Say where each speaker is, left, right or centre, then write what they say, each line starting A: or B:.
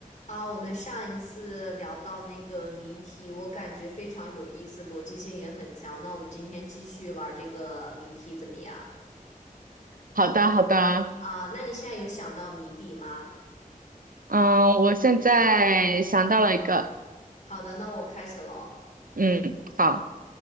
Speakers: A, on the left; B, on the right.
A: 啊，我们上一次聊到那个谜题，我感觉非常有意思，逻辑性也很强。那我们今天继续玩这个谜题怎么样？
B: 好的，好的，
A: 啊，那你现在有想到谜底吗？
B: 嗯，我现在想到了一个，
A: 好的，那我开始喽。
B: 嗯，好，